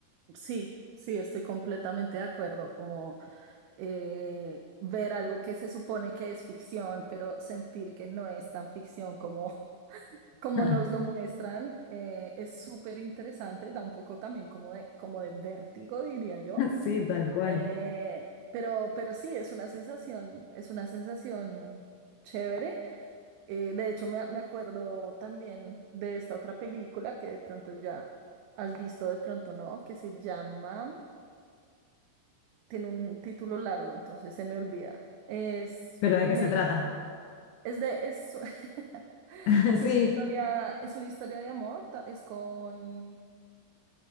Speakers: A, on the right (about 90°); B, on the left (about 80°).
A: Sí, sí, estoy completamente de acuerdo. Como eh, ver algo que se supone que es ficción, pero sentir que no es tan ficción como, como
B: <laughs>
A: nos lo muestran, eh, es súper interesante. Da un poco también como de, como de vértigo, diría yo.
B: Sí, tal cual.
A: Eh, pero, pero sí, es una sensación, es una sensación chévere. Eh, de hecho, me, me acuerdo también de esta otra película que de pronto ya has visto, de pronto no, que se llama, tiene un título largo, entonces se me olvida. Es,
B: ¿Pero de
A: me,
B: qué se trata?
A: es de, es, <laughs>
B: <laughs>
A: es
B: Sí.
A: una historia, es una historia de amor, ta- es con,